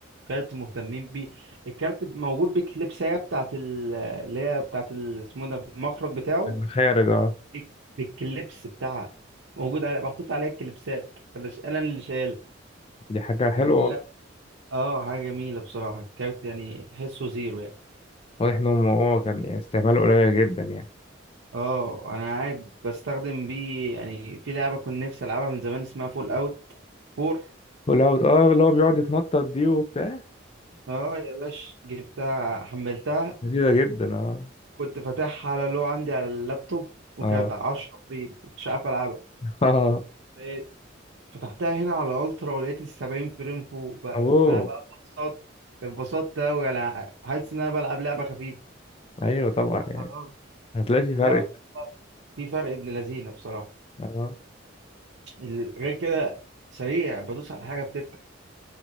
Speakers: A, on the right; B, on the left.
A: كارت مهتمين بيه الكارت موجود بالكليبسية بتاعت ال... اللي هي بتاعت ال... اسمه ده المخرج بتاعه
B: المخارج اه
A: بال- بالكليبس بتاعها موجود على محطوط عليها الكليبسات أنا ش- أنا اللي شايلها
B: دي حاجة حلوة
A: يعني لا اه حاجة جميلة بصراحة الكارت يعني تحسه زيرو يعني
B: واضح ان هو كان يعني استعماله قليل جدا يعني
A: اه انا قاعد بستخدم بيه يعني في لعبه كنت نفسي العبها من زمان اسمها فول اوت 4
B: فول اوت اه اللي هو بيقعد يتنطط دي وبتاع
A: اه يا باش جبتها حملتها
B: لذيذة جدا اه
A: كنت فاتحها على لو عندي على اللابتوب وكانت
B: اه
A: 10 فريم مش عارف العبها
B: <laughs> اه
A: إيه، فتحتها هنا على الترا ولقيت ال 70 فريم فوق بقى
B: اوه
A: فانا بقى اتبسطت اتبسطت اوي انا حاسس ان انا بلعب لعبه خفيفه
B: ايوه طبعا يعني
A: آه.
B: هتلاقي في فرق
A: لا في فرق ابن لذينه بصراحه
B: اه
A: ال- غير كده سريع بدوس على حاجه بتفتح